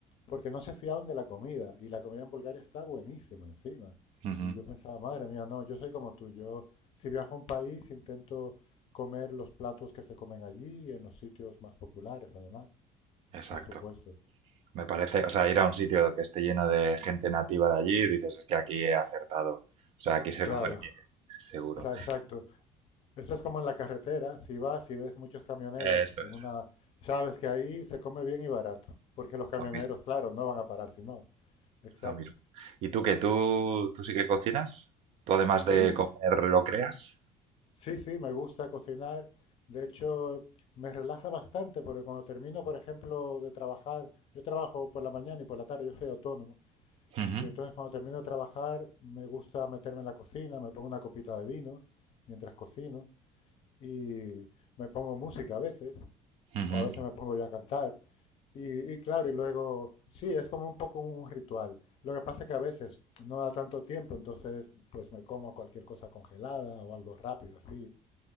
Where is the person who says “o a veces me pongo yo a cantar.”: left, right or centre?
Left